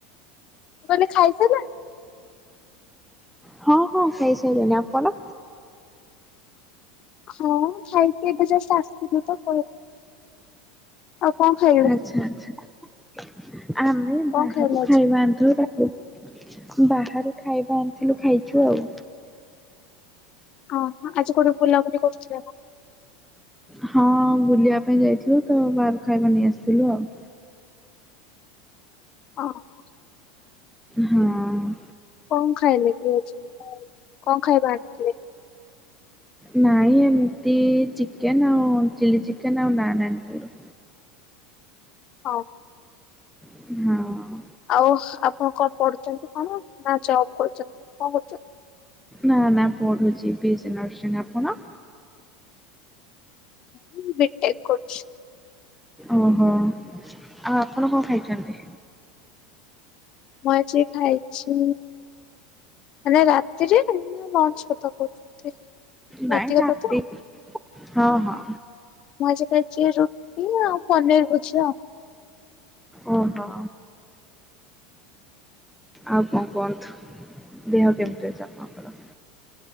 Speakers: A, on the left (about 45°); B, in the centre.
A: ମୁଁ କହିଲି ଖାଇସାଇଲେଣି?
B: ହଁ ହଁ ଖାଇସାଇଲୁଣି। ଆପଣ?
A: ହଁ ଖାଇକି ଏବେ ଯଷ୍ଟ୍ ଆସିଥିଲୁ ତ ଆଉ କଣ ଖାଇଲେ
B: ଆଚ୍ଛା ଅଚ୍ଛା ଆମେ
A: କଣ
B: ବାହାରୁ
A: ଖାଇଲେ ଆଜି?
B: ଖାଇବା ଆଣିଥିଲୁ ତାକୁ ବାହାରୁ ଖାଇବା ଆଣିଥିଲୁ ଖାଇଚୁ ଆଉ।
A: ଓହୋ ଆଜି କୋଉଠି ବୁଲାବୁଲି କରୁଥିଲେ ଆପଣ?
B: ହଁ ବୁଲିବା ପାଇଁ ଯାଇଥିଲୁ ତ ବାହାରୁ ଖାଇବା ନେଇ ଆସିଥିଲୁ ଆଉ।
A: ଓହୋ।
B: ହଁ ଅଁ।
A: କଣ ଖାଇଲେ କି ଆଜି କଣ ଖାଇବା ଆଣିଥିଲେ?
B: ନାଇଁ ଏମିତି ଚିକେନ୍ ଆଉ ଚିଲ୍ଲି ଚିକେନ୍ ଆଉ ନାନ୍ ଆଣିଥିଲୁ।
A: ହ।
B: ହଁ।
A: ଆଉ ଆପଣ କଣ ପଢୁଛନ୍ତି କଣ ନା ଜବ୍ କରୁଛନ୍ତି କଣ କରୁଛନ୍ତି?
B: ନା ନା ପଢୁଛି ବି ଏସ୍ ସି ନର୍ସିଙ୍ଗ୍। ଆପଣ?
A: ମୁଁ ବି ଟେକ କରୁଛି।
B: ଓହୋ! ଆଉ ଆପଣ କଣ ଖାଇଛନ୍ତି?
A: ମୁଁ ଆଜି ଖାଇଛି ମାନେ ରାତିରେ ନା ଲଞ୍ଚ୍ କଥା କହୁଛନ୍ତି?
B: ନାଇଁ
A: ରାତି କଥା
B: <unintelligible>
A: ତ?
B: ହଁ ହଁ।
A: ମୁଁ ଆଜି ଖାଇଚି ରୁଟି ଆଉ ପନିର୍ ଭୁଜିଆ।
B: ଓହୋ। ଆଉ କଣ କୁହନ୍ତୁ ଦେହ କେମିତି ଅଛି ଆପଣ ଙ୍କ ର?